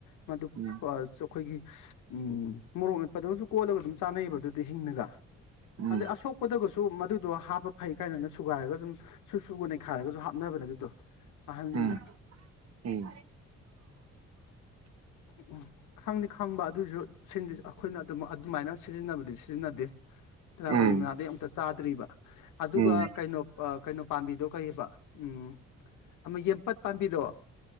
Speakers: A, on the left (about 85°); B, on the right (about 55°).
A: ꯃꯗꯨ
B: ꯎꯝ
A: ꯆꯣꯛꯈꯣꯏꯒꯤ ꯎꯝ ꯃꯣꯔꯣꯛ ꯃꯠꯄꯗꯒꯁꯨ ꯀꯣꯜꯂꯒ ꯑꯗꯨꯝ ꯆꯥꯅꯩꯌꯦꯕ ꯑꯗꯨꯗꯤ ꯍꯤꯡꯅꯒ
B: ꯎꯝ
A: ꯑꯗ ꯑꯁꯣꯛꯄꯗꯒꯁꯨ ꯁꯨ ꯃꯗꯨꯗꯣ ꯍꯥꯞꯄ ꯐꯩ ꯀꯥꯏꯅꯅ ꯁꯨꯒꯥꯏꯔꯒ ꯁꯨꯝ ꯁꯨꯔ ꯁꯨꯔꯒꯥ ꯅꯩ ꯈꯥꯏꯔꯒꯁꯨ ꯍꯥꯞꯅꯕꯅꯦ ꯑꯗꯨꯗꯣ ꯑꯍꯟ
B: ꯎꯝ
A: ꯖꯤꯡꯅ ꯎꯝ ꯈꯪꯗꯤ ꯈꯪꯕ ꯑꯗꯨꯏꯁꯨ ꯁꯤꯡꯁꯤꯁꯨ ꯈꯣꯏꯅꯠ ꯑꯗꯨꯃꯥꯏꯅ ꯁꯤꯖꯤꯟꯅꯕꯗꯤ ꯁꯤꯖꯤꯟꯅꯗꯦ ꯇꯔꯥ
B: ꯎꯝ
A: ꯄꯥꯏꯕꯤ
B: ꯎꯝ
A: ꯃꯅꯥꯗꯤ ꯑꯨꯛꯇ ꯆꯥꯗ꯭ꯔꯤꯕ ꯑꯗꯨꯒ
B: ꯎꯝ
A: ꯀꯩꯅꯣ ꯀꯩꯅꯣ ꯄꯥꯝꯕꯤꯗꯣ ꯀꯩꯑꯦꯕ ꯎꯝ ꯑꯃ ꯌꯦꯟꯄꯠ ꯄꯥꯝꯕꯤꯗꯣ